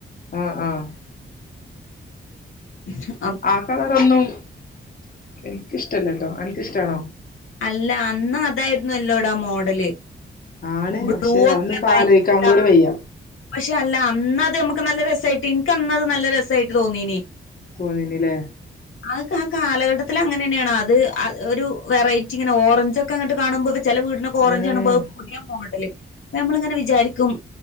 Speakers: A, on the left; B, on the left.
A: ആഹ് ആഹ്
B: <inaudible>
A: ആ കളറൊന്നും എനിക്കിഷ്ടല്ലട്ടോ അനക്കിഷ്ട്ടാണോ
B: അല്ല അന്ന് അതായിരുന്നു അല്ലോട മോഡല്
A: ആണ്
B: ബ്ലൂ
A: പക്ഷെ
B: ഒക്കെ
A: അതൊന്നും ഇപ്പ
B: ഭയങ്കര
A: ആലോയിക്കാൻ
B: ഡാർക്ക്
A: കൂടി വയ്യ
B: പക്ഷെ അല്ല അന്നത് നമുക്ക് നല്ല രസായിട്ട് എനിക്ക് അന്നത് നല്ല രസായിട്ട് തോന്നീനി
A: തോന്നീനില്ലെ
B: അതൊക്കെ ആ കാലഘട്ടത്തിലങ്ങനന്നെയാണ് അത് ഒരു വെറൈറ്റി ഇങ്ങനെ ഓറഞ്ച് ഒക്കെ അങ്ങട്ട് കാണുമ്പോ ഇത് ചെല വീടിനൊക്കെ ഓറഞ്ച്
A: ഉം
B: കാണുമ്പോ അത് പുതിയ മോഡല് നമ്മളിങ്ങനെ വിചാരിക്കും